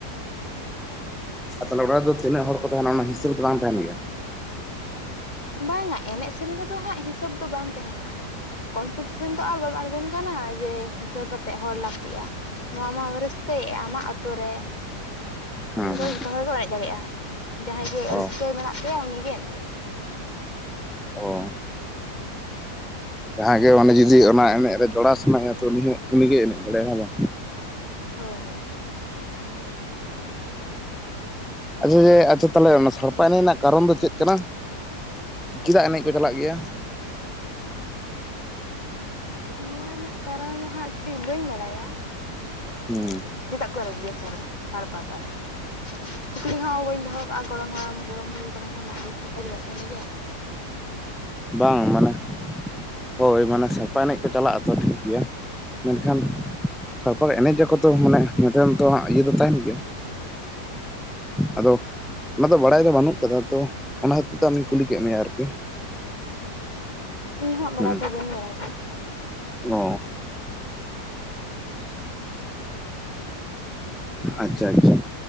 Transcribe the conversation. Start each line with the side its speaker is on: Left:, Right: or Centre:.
Centre: ᱟᱨ ᱛᱟᱦᱞᱮ ᱚᱲᱟᱜ ᱨᱮ ᱫᱚ ᱛᱤᱱᱟᱹᱜ ᱦᱚᱲ ᱠᱚ ᱛᱟᱦᱮᱱᱟ ᱚᱱᱟ ᱦᱤᱥᱟᱹᱵ ᱫᱚ ᱵᱟᱝ ᱛᱟᱦᱮᱱ ᱜᱮᱭᱟ
Left: ᱵᱟᱝᱟ ᱮᱱᱮᱡ ᱥᱮᱨᱮᱧ ᱨᱮᱫᱚ ᱦᱟᱸᱜ ᱦᱤᱥᱟᱹᱵ ᱫᱚ ᱵᱟᱝ ᱛᱟᱦᱮᱱᱟ ᱠᱚᱢᱯᱤᱴᱤᱥᱮᱱ ᱫᱚ ᱟᱨ ᱵᱟᱢ ᱟᱬᱜᱚᱱ ᱠᱟᱱᱟ ᱡᱮ ᱦᱤᱥᱟᱹᱵᱛᱜ ᱦᱚᱲ ᱞᱟᱹᱠᱛᱤᱜ-ᱟ ᱱᱚᱣᱟ ᱢᱟ ᱨᱟᱹᱥᱠᱟᱹᱭᱮᱫ-ᱟ ᱟᱢᱟᱜ ᱟᱛᱳ ᱨᱮ
Centre: ᱦᱮᱸ
Left: ᱫᱚ
Centre: ᱦᱮᱸ
Left: ᱡᱷᱚᱛᱚ ᱦᱚᱲ ᱠᱚ ᱮᱱᱮᱡ ᱫᱟᱲᱮᱭᱟᱜ-ᱟ ᱡᱟᱦᱟᱸᱭ ᱜᱮ
Centre: ᱚ
Left: ᱨᱟᱹᱥᱠᱟᱹ ᱢᱮᱱᱟᱜ ᱛᱟᱭᱟ ᱩᱱᱤᱜᱮ ᱮᱱ ᱫᱟᱲᱮᱭᱟᱜ-ᱟ
Centre: ᱚ ᱡᱟᱦᱟᱸᱭ ᱜᱮ ᱢᱟᱱᱮ ᱡᱩᱫᱤ ᱚᱱᱟ ᱮᱱᱮᱡ ᱨᱮ ᱡᱚᱲᱟᱣ ᱥᱟᱱᱟᱭᱮᱭᱟ ᱛᱚ ᱩᱱᱤ ᱦᱚᱸ ᱩᱱᱤᱜᱮ ᱮᱱᱮᱡ ᱫᱟᱲᱮᱭᱟᱜ-ᱟ ᱦᱮ ᱵᱟᱝ
Left: ᱦᱳᱭ ᱦᱳᱭ
Centre: ᱟᱪᱪᱷᱟ ᱡᱮ ᱟᱪᱪᱷᱟ ᱛᱟᱦᱞᱮ ᱚᱱᱟ ᱥᱟᱲᱯᱟ ᱮᱱᱮᱡ ᱨᱮᱱᱟᱜ ᱠᱟᱨᱚᱱ ᱫᱚ ᱪᱮᱫ ᱠᱟᱱᱟ ᱪᱮᱫᱟᱜ ᱮᱱᱮᱡ ᱠᱚ ᱪᱟᱞᱟᱜ ᱜᱮᱭᱟ
Left: ᱱᱚᱣᱟ ᱨᱮᱱᱟᱜ ᱠᱟᱨᱚᱱ ᱫᱚ ᱦᱟᱸᱜ ᱴᱷᱤᱠ ᱵᱟᱹᱧ ᱵᱟᱲᱟᱭᱟ
Centre: ᱦᱩᱸ
Left: ᱪᱮᱫᱟᱜ ᱠᱚ ᱟᱨᱮᱡ ᱜᱮᱭᱟ ᱥᱟᱨ ᱥᱟᱲᱯᱟ ᱫᱚ ᱟᱨᱠᱤ ᱥᱩᱠᱨᱤ ᱦᱚᱸ ᱵᱟᱹᱧ ᱫᱚᱦᱚ ᱠᱟᱜ-ᱟ ᱜᱚᱲᱚᱢ ᱦᱟᱲᱟᱢ ᱜᱚᱲᱚᱢ ᱜᱚᱲᱚᱢ ᱠᱷᱚᱱᱟᱜ <unintelligible> ᱜᱮᱭᱟ
Centre: ᱵᱟᱝ ᱢᱟᱱᱮ ᱦᱳᱭ ᱢᱟᱱᱮ ᱥᱟᱲᱯᱟ ᱮᱱᱮᱡ ᱠᱚ ᱪᱟᱞᱟᱜ ᱟᱛᱚ ᱴᱷᱤᱠ ᱜᱮᱭᱟ ᱢᱮᱱᱠᱷᱟᱱ ᱥᱟᱲᱯᱟ ᱮᱱᱮᱡ ᱟᱠᱚ ᱛᱚ ᱢᱟᱱᱮ ᱱᱮᱛᱟᱨ ᱫᱚ ᱤᱭᱟᱹ ᱫᱚ ᱛᱟᱦᱮᱱ ᱜᱮᱭᱟ ᱟᱫᱚ ᱚᱱᱟ ᱫᱚ ᱵᱟᱲᱟᱭ ᱫᱚ ᱵᱟᱹᱱᱩᱜ ᱠᱟᱫᱟ ᱛᱚ ᱚᱱᱟ ᱦᱚᱛᱮᱡ ᱛᱮ ᱟᱢᱤ ᱠᱩᱞᱤ ᱠᱮᱫ ᱢᱮᱭᱟ ᱟᱨᱠᱤ
Left: ᱤᱧᱦᱟᱜ ᱵᱟᱲᱟᱭ
Centre: ᱦᱮᱸ
Left: ᱫᱚ ᱵᱟᱹᱧ ᱵᱟᱲᱟᱭᱟ
Centre: ᱚ ᱟᱪᱪᱷᱟ ᱟᱪᱪᱷᱟ